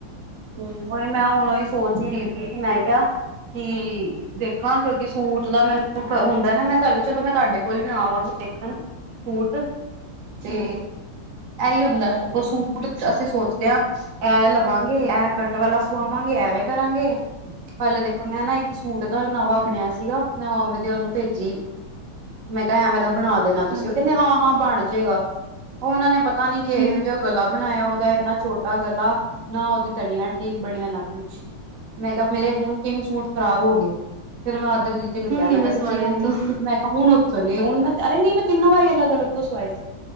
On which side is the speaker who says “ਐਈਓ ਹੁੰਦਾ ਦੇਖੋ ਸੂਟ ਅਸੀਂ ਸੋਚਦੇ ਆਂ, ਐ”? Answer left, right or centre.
Right